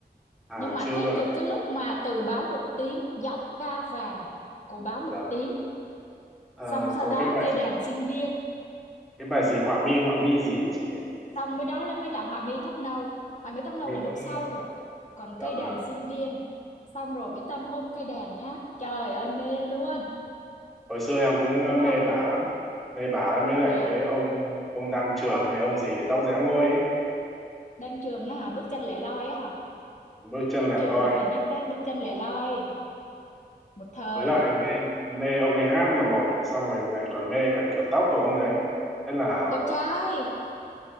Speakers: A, in the centre; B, on the left.
A: à
B: nhưng mà
A: chưa
B: thích
A: luôn à?
B: từ cái lúc mà từ báo mực tím giọng ca vàng của báo mực
A: dạ vâng.
B: tím
A: Ờ,
B: xong sau
A: có
B: đó
A: cái bài
B: cây đàn
A: gì
B: sinh viên
A: cái bài gì họa mi họa mi gì ấy chị nhỉ
B: xong mới đó là mới là họa mi tóc nâu họa mi tóc nâu
A: Mỹ
B: là lúc
A: Tâm
B: sau
A: luôn
B: rồi còn cây
A: dạ
B: đàn
A: vâng
B: sinh viên xong rồi mỹ tâm ôm cây đàn hát trời ơi mê luôn
A: hồi xưa em cũng ờ, mê
B: Thế là,
A: bà lắm mê bà ấy mới lại
B: vậy à
A: cái ông ông Đan Trường hay ông gì tóc giã ngôi ấy
B: Đan Trường á hả bước chân lẻ loi á hả
A: bước chân
B: Đan
A: lẻ
B: Trường
A: loi
B: là phải nhắc tới bước chân lẻ loi một thời
A: với lại mê mê ông ấy hát là một này xong rồi lại còn mê cả kiểu tóc của ông đấy thế là
B: đẹp trai